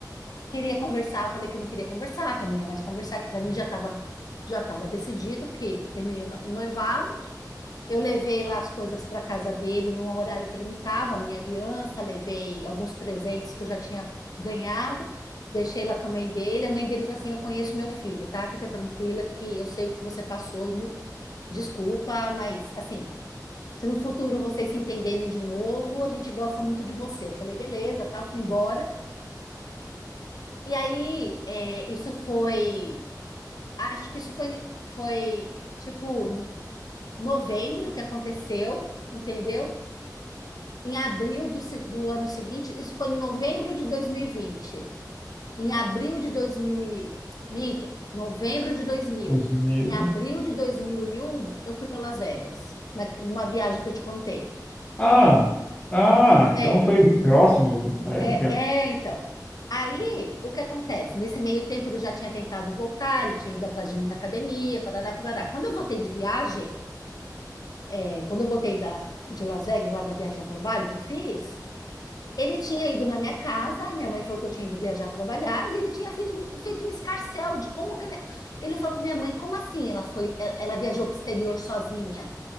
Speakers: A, on the left; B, on the left.
A: queria conversar, eu falei que eu não queria conversar, que eu não ia mais conversar, que para mim já estava já estava decidido que terminei o noivado. Eu levei lá as coisas para casa dele num horário que ele não estava, a minha aliança, levei alguns presentes que eu já tinha ganhado, deixei lá com a mãe dele. A mãe dele falou assim: Eu conheço meu filho, tá? Fica tranquila que eu sei o que você passou. e mu- Desculpa, mas assim, se no futuro vocês se entenderem de novo, a gente gosta muito de você. Eu falei, beleza, tal, fui embora. E aí, é, isso foi. Acho que isso foi, foi tipo novembro que aconteceu, entendeu? em abril do, do ano seguinte, isso foi em novembro de 2020. Em abril de 2000 e, minto, novembro de 2000.
B: 2000.
A: Em abril de 2001, eu fui para Las Vegas, na- numa viagem que eu te contei.
B: Ah! Ah, então
A: É,
B: foi bem próximo, é,
A: é,
B: o tempo.
A: é, então. Aí, o que acontece? Nesse meio tempo, ele já tinha tentado voltar, ele tinha ido atrás de mim na academia, parará, parará. Quando eu voltei de viagem, é, quando eu voltei da, de Las Vegas, lá da viagem a trabalho que eu fiz, Ele tinha ido na minha casa, minha mãe falou que eu tinha ido viajar trabalhar, e ele tinha feito, feito um escarcel de como que a minha... Ele falou para minha mãe, como assim ela foi, ela, ela viajou para o exterior sozinha?